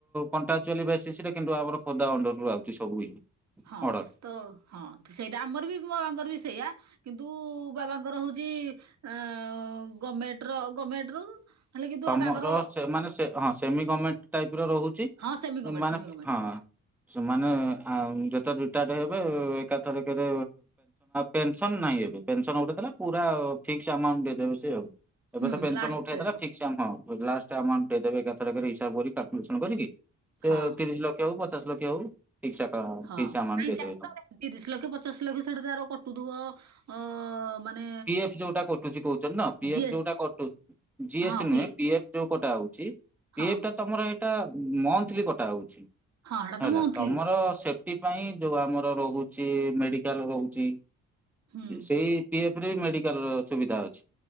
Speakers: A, in the centre; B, on the right (about 60°).
A: କଣ୍ଟାଚୁଲି ବେସିସି ରେ କିନ୍ତୁ ଆମର ଖୋର୍ଦ୍ଧା ଅଣ୍ଡରୁ ଆଉଛି ସବୁ
B: ହଁ
A: ଅର୍ଡର।
B: ତ ହଁ ସେଇଟା ଆମର ବି ମୋ ବାବାଙ୍କର ବି ସେଇଆ କିନ୍ତୁ ବାବାଙ୍କର ହେଉଛି ଗଭର୍ଣ୍ଣମେଣ୍ଟର ଗଭର୍ଣ୍ଣମେଣ୍ଟରୁ ହେଲେ କିନ୍ତୁ
A: ତମର
B: ତାଙ୍କର
A: ସେ ମାନେ ହଁ ସେମି ଗଭର୍ମେଣ୍ଟ ଟାଇପ ର ରହୁଛି
B: ହଁ ସେମି
A: ସେମାନେ
B: ଗଭର୍ଣ୍ଣମେଣ୍ଟ ସେମି ଗଭର୍ଣ୍ଣମେଣ୍ଟ
A: ହଁ ସେମାନେ ଯେତେ ଏକାଠେ ହେବେ ଏକାଥର କରେ ପେନସନ ନାଇଁ ଏବେ ପେନସନ ଉଠେଇ ଦେଲା ପୁରା ଫିକ୍ସ ଆମାଉଣ୍ଟ ଦେଇବେ ସେ ଆଉ ଏବେ
B: ହୁଁ
A: ତ ପେନସନ
B: ଲାଷ୍ଟ
A: ଉଠେଇ ଦେଲା
B: ହଁ
A: ଲାଷ୍ଟ ଏମାଉନ୍ଟ ଦେଇଦେବେ। ହିସାବ କରିକି କଲକୁଲେସନ କରିକି
B: ହଁ
A: ତିରିଶ ଲକ୍ଷ ହଉ ପଚାଶ ଲକ୍ଷ ହଉ ଫିକ୍ସ ଆକା
B: ହଁ
A: ଫିକ୍ସ ଆମାଉଣ୍ଟ
B: ନାଇଁ
A: ଦେଇଦେବେ ତମକୁ।
B: ତାର ତିରିଶ ଲକ୍ଷ ପଚାଶ ଲକ୍ଷ ସେଟା ତାର କଟୁଥିବ ଅ ମାନେ
A: ପି ଏଫ ଯୋଉଟା କଟୁଛି କହୁ ନା ପିଏଫ
B: ଜିଏସଟି
A: ଯୋଉଟା ଯି ଏସ
B: ହଁ
A: ଟି
B: ପିଏଫ
A: ନୁହଁ ପି ଏଫ ଯୋଉଁ କଟା ହଉଛି ପି
B: ହଁ
A: ଏଫ ତମର ହେଇଟା ମଂଥଲି କଟା ହଉଛି
B: ହଁ ହେଟା
A: ହେଲା
B: ତ ମନ୍ଥଲି
A: ତମର ସେ ସେଥିପାଇ ଯୋଉ ଆମର ରହୁଛି ମେଡିକାଲ ରହୁଛି
B: ହୁଁ
A: ସେଇ ପି ଏଫ ମେଡିକାଲ ସୁବିଧା ଅଛି